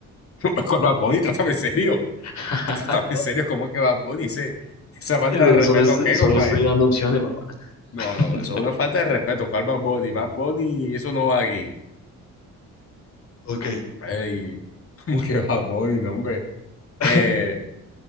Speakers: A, on the left; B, on the left.
A: <laughs> ¿Cuál Bad Bunny, trátame serio.
B: <laughs>
A: Trátame serio, ¿cómo es que Bad Bunny? Ese- ¿Esa falta
B: Eso,
A: de respeto
B: Solo estoy,
A: qué,
B: solo
A: compadre?
B: estoy dando opciones, papá.
A: No,
B: <laughs>
A: no, no, eso es una falta de respeto. ¿Cuál Bad Bunny? Bad Bunny, eso no va aquí.
B: Ok.
A: Ey, <laughs> ¿cómo que Bad Bunny, no, hombre? Eh,
B: <laughs>